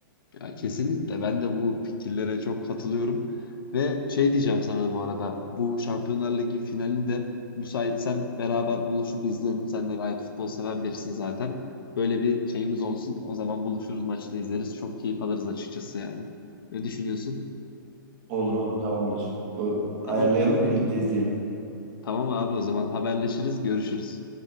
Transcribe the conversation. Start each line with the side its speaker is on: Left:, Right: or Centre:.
Left: ya kesinlikle ben de bu fikirlere çok katılıyorum. Ve şey diyeceğim sana bu arada bu Şampiyonlar Ligi finalinde müsaitsen beraber buluşup izleyelim. Sen de gayet futbol seven birisin zaten. Böyle bir şeyimiz olsun. O zaman buluşuruz maçı da izleriz. Çok keyif alırız açıkçası yani. Ne düşünüyorsun?
Right: Olur olur tamamdır. Ö-
Left: Tamam.
Right: Ayarlayalım birlikte izleyelim.
Left: Tamam abi o zaman haberleşiriz, görüşürüz.